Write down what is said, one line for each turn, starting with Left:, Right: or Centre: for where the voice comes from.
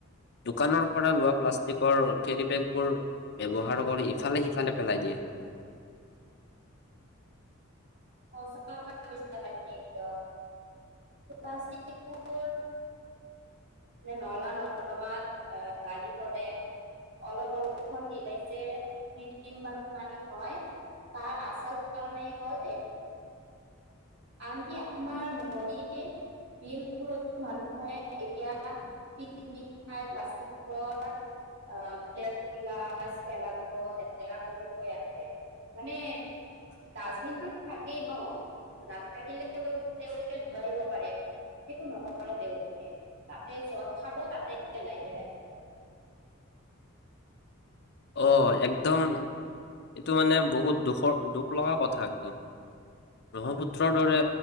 Left: দোকানৰ পৰা লোৱা। প্লাষ্টিকৰ কেৰিবেগবোৰ ব্যৱহাৰ কৰি ইফালে সিফালে পেলাই দিয়ে।
Right: সঁচা কথা কৈছা প্লাষ্টিক বোৰ নলা নৰ্দমাত লাগি ধৰে অলপ বৰষুণ দিলে যে কৃত্ৰিম বানপানী হয় তাৰ আচল কাৰণেই হল আনকি আমাৰ নদ বিলবোৰতো মানুহে এতিয়া পিকনিক খাই প্লাষ্টিকৰ প্ট গিলােলাব লেতেৰা কৰি থৈ আছে মানে ডাষ্টিনত। থাকেই ন নাথাকিলেও তেওঁলোকে লৰাব পাৰে সেইটো নকৰে তেওঁলোকে তাতে যত থাকো তাতে পেলাই থৈ আছে।
Left: আহ একদম এইটো মানে বহুত দুখৰ দুখ লগা কথা একদম ব্ৰহ্মপুত্ৰৰ দৰে